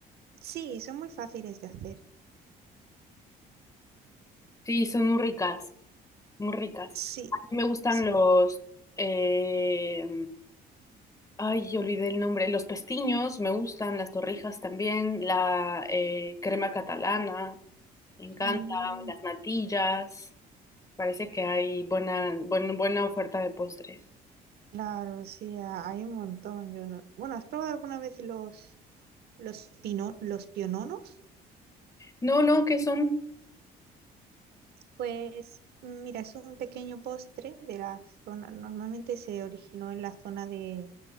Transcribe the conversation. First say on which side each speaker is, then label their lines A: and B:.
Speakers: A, on the right (about 70°); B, on the left (about 20°).
A: Sí, son muy fáciles de hacer.
B: Sí, son muy ricas. muy ricas.
A: Sí,
B: A mí me gustan
A: sí.
B: los... eh, ay, yo olvidé el nombre. Los pestiños me gustan, las torrijas también, la eh, crema catalana, me encanta,
A: Mm,
B: las natillas. Parece que hay buena, buen- buena oferta de postres.
A: claro, sí, a- hay un montón. Yo no- Bueno, ¿has probado alguna vez los, los, pino- los piononos?
B: No, no, ¿qué son?
A: Pues mm, mira, es un pequeño postre de la zona, normalmente se originó en la zona de,